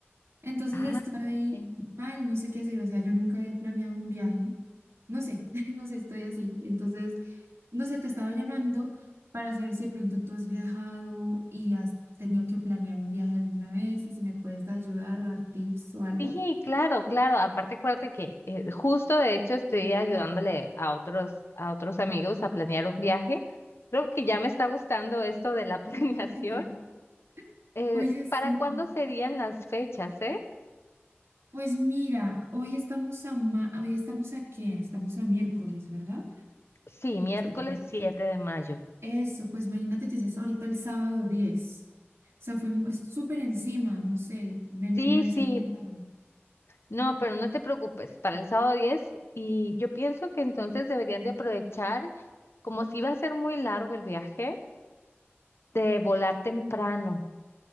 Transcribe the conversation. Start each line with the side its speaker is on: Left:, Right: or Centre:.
Right: Entonces
Left: Ah,
Right: estoy
Left: ok.
Right: mal, no sé qué hacer, o sea, yo nunca había planeado un viaje, no sé, <laughs> no sé, estoy así. Entonces, no sé, te estaba llamando para saber si de pronto tú has viajado y has tenido que planear un viaje alguna vez y si me puedes ayudar o dar tips o algo.
Left: Sí, claro, claro. Aparte, acuérdate que eh, justo de hecho estoy ayudándole a otros, a otros amigos a planear un viaje. Creo que ya me está gustando esto de la <laughs> planeación.
Right: <laughs>
Left: Eh,
Right: Oye, sí.
Left: ¿para cuándo serían las fechas, eh?
Right: Pues mira, hoy estamos a ma- hoy estamos a qué? Estamos a miércoles, ¿verdad?
Left: Sí, miércoles
Right: Este, como-
Left: 7 de mayo.
Right: eso, pues imagínate que es ahorita el sábado diez, O sea, fue mu- es súper encima, no sé, me, me,
Left: Sí,
Right: me avisaron
Left: sí,
Right: muy tarde.
Left: No, pero no te preocupes, para el sábado diez y yo pienso que entonces deberían de aprovechar, como si va a ser muy largo el viaje, de volar temprano